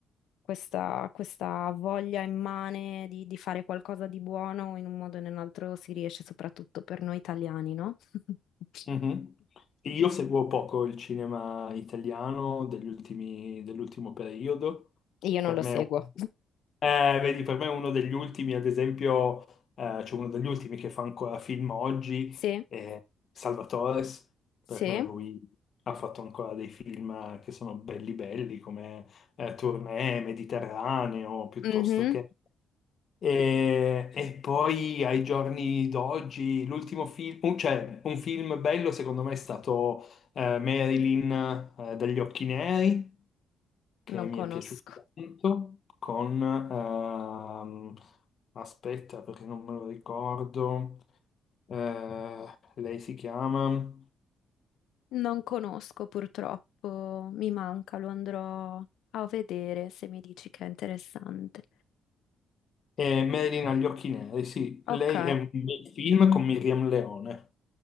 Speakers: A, on the left; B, on the left.
A: questa, questa voglia immane di, di fare qualcosa di buono in un modo o in un altro si riesce soprattutto per noi italiani, no? <laughs>
B: Mhm. Io seguo poco il cinema italiano degli ultimi- dell'ultimo periodo.
A: Io non
B: Per
A: lo
B: me,
A: seguo.
B: eh, vedi, per me è uno degli ultimi, ad esempio, eh, c'è uno degli ultimi che fa ancora film oggi,
A: Sì,
B: è Salvatore.
A: sì,
B: Per me lui ha fatto ancora dei film che sono belli belli, come eh, Tournée, Mediterraneo, piuttosto
A: mhm,
B: che... E, e poi ai giorni d'oggi, l'ultimo film, un- cioè un film bello secondo me è stato eh, Marilyn eh, dagli occhi neri, che
A: Non
B: mi
A: conosco.
B: è piaciuto tanto, con, ehm, aspetta perché non me lo ricordo, eh, lei si chiama
A: Non conosco purtroppo, mi manca, lo andrò a vedere se mi dici che è interessante.
B: eh, Marilyn agli occhi neri, sì,
A: Ok.
B: lei è un bel film con Miriam Leone.